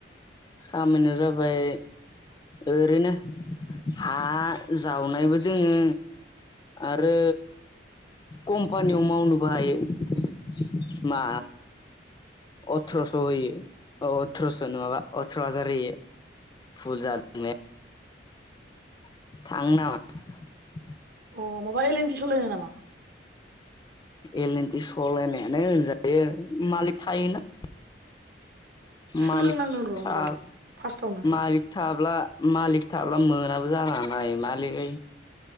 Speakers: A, on the left; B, on the right.
A: खामानिया जाबाय ओरैनो हा जावनायबो दोङो आरो कम्पानियाव मावनोबो हायो। मा? अथ्रस होयो अ अथ्रस नङाबा अथ्र हाजार होयो। फुल जादों ने थांनोनामा।
B: अ माबा एल एनटि सालायनाय नामा।
A: एल एनटि सालायनायानो होनजायो मालिक थायोना
B: सोलोंनांगोन
A: मालिक
B: र'
A: था
B: होमबालाय फार्स्टआवनो
A: मालिक थाब्ला मालिक थाब्ला मोनाबो जनो हानाय मालिकै